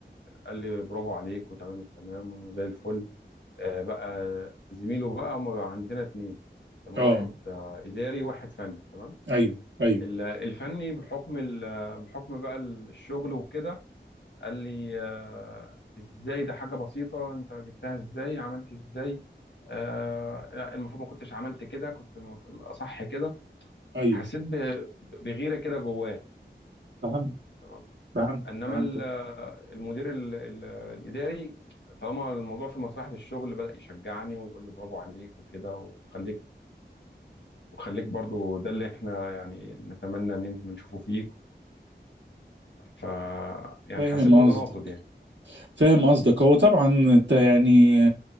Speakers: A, on the left (about 80°); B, on the right (about 85°).
A: قال لي برافو عليك وتمام التمام وزي الفل آه، بقى زميله بقى هما بقى عندنا اتنين تمام
B: اه
A: واحد آه، إداري واحد فني تمام
B: ايوه ايوه
A: ال- الفني بحكم ال... بحكم بقى الشغل وكده قال لي آه، ازاي ده حاجة بسيطة انت جبتها ازاي عملت ازاي آه، لا المفروض ما كنتش عملت كده كنت المف- الاصح كده
B: ايوه
A: حسيت ب- بغيرة كده جواه
B: فهمت
A: تمام
B: فهمت
A: انما
B: فهمت
A: ال- المدير ال- ال- الاداري طالما الموضوع في مصلحة الشغل بدأ يشجعني ويقول لي برافو عليك وكده وخليك وخليك برضو ده اللي احنا يعني نتمنى ان احنا نشوفه فيك ف يعني
B: فاهم
A: حسيت بتناقض
B: قصدك
A: يعني
B: فاهم قصدك هو طبعا انت يعني